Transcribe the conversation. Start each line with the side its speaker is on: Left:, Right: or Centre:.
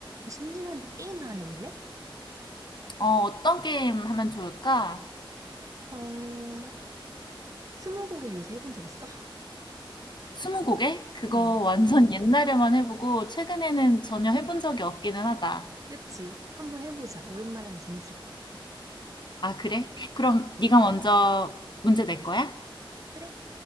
Right: 어, 심심한데 게임 하나 해볼래?
Left: 어, 어떤 게임 하면 좋을까?
Right: 어, 스무고개 요새 해본 적 있어? <laughs>
Left: 스무고개? 그거
Right: 응,
Left: 완전 <laughs> 음. 옛날에만 해보고 최근에는 전혀 해본 적이 없기는 하다.
Right: 그치. 한번 해보자. 오랜만에 하면 재밌을 것 같아.
Left: 아, 그래? 그럼
Right: 어,
Left: 네가 먼저 문제 낼 거야?
Right: 그래.